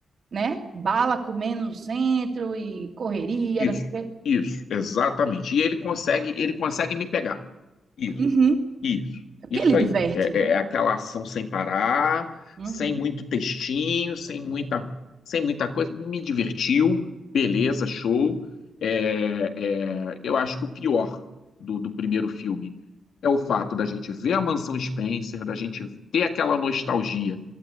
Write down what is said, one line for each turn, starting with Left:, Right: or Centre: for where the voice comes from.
Right: né? Bala comendo no centro e correria,
Left: Isso,
Right: não sei o quê.
Left: isso, exatamente. E ele consegue, ele consegue me pegar. Isso,
Right: Uhum.
Left: isso,
Right: É Porque
Left: isso
Right: ele diverte.
Left: aí. É, é é aquela ação sem parar,
Right: Uhum.
Left: sem muito textinho, sem muita, sem muita coisa. Me divertiu, beleza, show. É, é, eu acho que o pior do, do primeiro filme é o fato da gente ver a Mansão Spencer, da gente ter aquela nostalgia